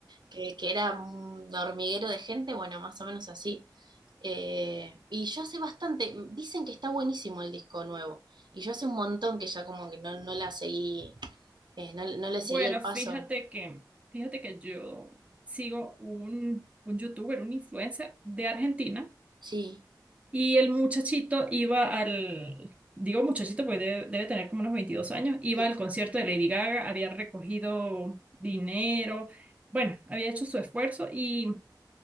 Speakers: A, on the right (about 75°); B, on the right (about 20°).
A: que, que era un hormiguero de gente, bueno, más o menos así. Eh, y yo hace bastante, dicen que está buenísimo el disco nuevo, y yo hace un montón que ya como que no, no la seguí, eh, no, no le seguí
B: Bueno,
A: el paso.
B: fíjate que, fíjate que yo sigo un, un youtuber, un influencer de Argentina.
A: Sí,
B: Y el muchachito iba al, digo muchachito pues debe, debe tener como unos 22 años, iba
A: sí,
B: al concierto de Lady Gaga, había recogido dinero, bueno, había hecho su esfuerzo y